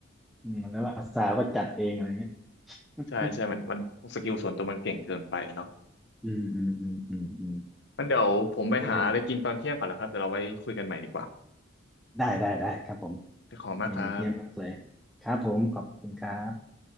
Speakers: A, in the centre; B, on the left.
A: อืมแล้วอาสาก็จัดเองอะไรเงี้ย <laughs>
B: ใช่ใช่มันมันสกิลส่วนตัวมันเก่งเกินไปเนาะ
A: อืมอืมอืมอืมอืม
B: มันเดี๋ยวผมไปหาอะไรกินตอนเที่ยงก่อนแล้วครับเดี๋ยวเราไว้คุยกันใหม่ดีกว่า
A: เออได้ได้ได้ครับผม
B: ขอบคุณมากครับ
A: เออเยี่ยมมากเลยครับผมขอบคุณครับ